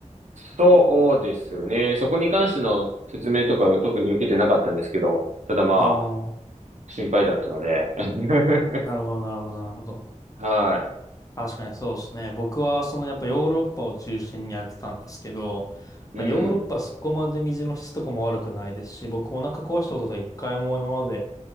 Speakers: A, on the right; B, on the left.
A: そうですね。そこに関しての説明とかを特に受けてなかったんですけど、ただまあ、
B: ああ、
A: 心配だったので。<laughs>
B: なるほど、なるほど、なるほど。
A: は
B: 確かにそうですね。僕は、そのやっぱヨーロッパを中心にやってたんですけど、
A: い。
B: まあ、
A: うん。
B: ヨーロッパはそこまで水の質とかも悪くないですし、僕お腹壊したことが一回も今まで